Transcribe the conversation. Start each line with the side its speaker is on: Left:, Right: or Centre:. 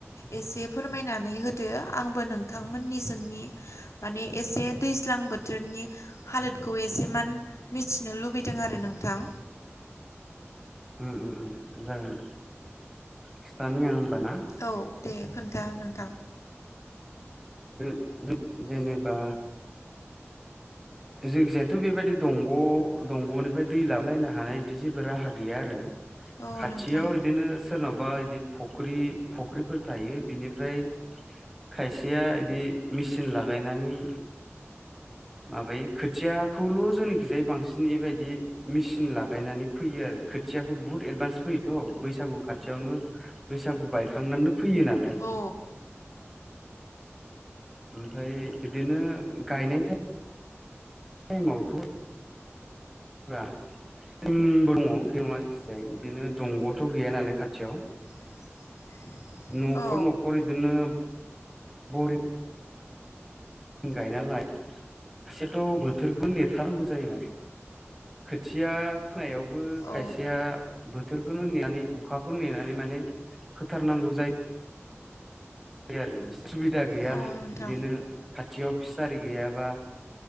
Left: एसे फोरमायनानै होदो आंबो नोंथांमोननि जोंनि माने एसे दैज्लां बोथोरनि हालोदखौ एसे मान मिथि नो लुबैदों आरो नोंथां
Centre: ओम ओम जागोन खिथानि आं ना
Left: औ दे खोन्था नोंथां
Centre: ओ दो जेनेबा जोंनिखिजायथ' बेबायदि दंग' दंग'निफ्राय दै लाबलायनो हानाय बिदि जेबो राहा गैया आरो।
Left: औ
Centre: खाथियाव
Left: नोंथां
Centre: इदिनो सोरनावबा इदि फ फख्रि फुख्रिफोर थायो बिनिफ्राय खायसेया इदि मेचिन लागायनानै माबायो। खोथियाखौल' जोंनिखिजाय बांसिन बेबायदि मेसिन लागायनानै फैयो आरो खोथियाखौ बु बहुत एदभान्स फैयोथ' बैसागु खाथियावनो बैसागु बायखांनानैनो फैयो नालाय।
Left: औ
Centre: ओमफाय बिदिनो गायनाय टाइमावथ' बा ओमबो दङ बे नङा जिखिजाया इदिनो दंग'थ' गैया नालाय खाथियाव।
Left: <inaudible>
Centre: न'खर
Left: औ
Centre: न'खर बिदिनो बरिं जों गायनालाय खायसेयाथ' बोथोरखौ नेथारनांगौ जायो माने खोथिया फोनायावबो खायसेया
Left: औ
Centre: बो बोथोरखौनो नेनानै अखाखौनो नेनानै माने फोथारनांगौ जायो। बि आरो बिसोर सुबिदा गैया
Left: औ नोंथां
Centre: बिदिनो खाथियाव फिसारि गैयाबा।